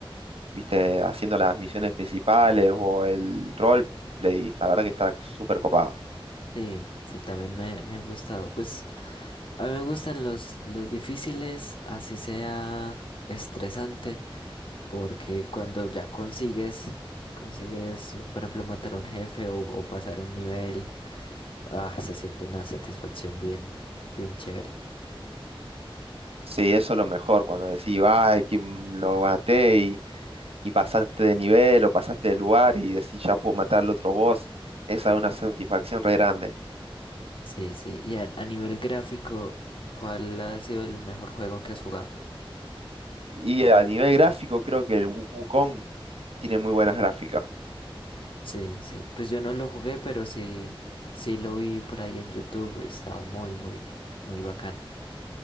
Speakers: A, on the right; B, on the left.
A: viste, haciendo las misiones principales o el roleplay. La verdad que está súper copado.
B: Sí, sí, también me, me han gustado. Pues a mí me gustan los, los difíciles, así sea estresante. Porque cuando ya consigues, consigues, por ejemplo, matar a un jefe o, o pasar un nivel, ah, se siente una satisfacción bien, bien chévere.
A: Sí, eso es lo mejor, cuando decís, ay, lo maté y, y pasaste de nivel o pasaste de lugar y decís, ya puedo matar al otro boss. Esa es una satisfacción re grande.
B: Sí, sí. Y a, a nivel gráfico, ¿cuál ha sido el mejor juego que has jugado?
A: Y a nivel gráfico, creo que el Wukong tiene muy buenas gráficas.
B: Sí, sí. Pues yo no lo jugué, pero sí, sí lo vi por ahí en YouTube. Estaba muy, muy, muy bacano.